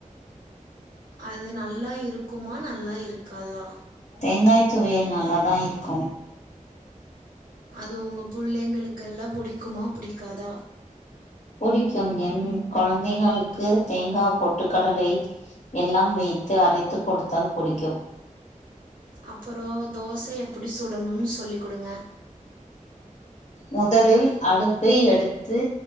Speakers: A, on the right (about 80°); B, on the left (about 55°).
A: அது நல்லா இருக்குமா நல்லா இருக்காதா
B: தேங்காய் துவையல் நல்லா தா இருக்கும்
A: அது உங்க புள்ளைங்களுக் எல்லாம் புடிக்குமா புடிக்காத
B: புடிக்கும் என் குழந்தைகளுக்கு தேங்கா பொட்டு கடலை எல்லாம் வைத்து அரைத்து கொடுத்தால் புடிக்கும்
A: அப்பறோ தோசை எப்படி சுடணுமன்னு சொல்லி கொடுங்க
B: முதலில் அடுப்பை எடுத்து